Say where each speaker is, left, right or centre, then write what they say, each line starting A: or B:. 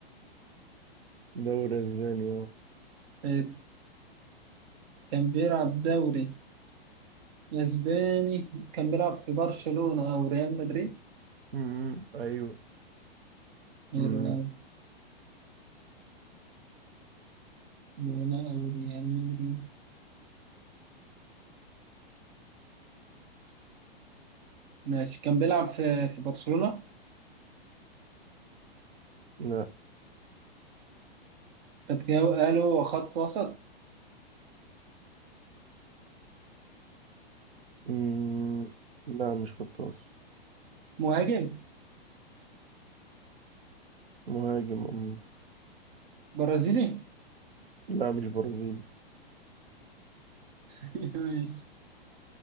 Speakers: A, on the right; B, on the right.
A: دوري اسبانيا
B: طيب، كان بيلعب دوري أسباني كان بيلعب في برشلونة أو ريال مدريد؟
A: امم ايوه
B: حلو
A: امم
B: أوي برشلونة أو ريال مدريد ماشي كان بيلعب في في برشلونة
A: لا
B: طب كده قالوا خط وسط
A: امم لا مش خطاف
B: مهاجم
A: مهاجم امم
B: برازيلي
A: لا مش برازيلي
B: <laughs> ماشي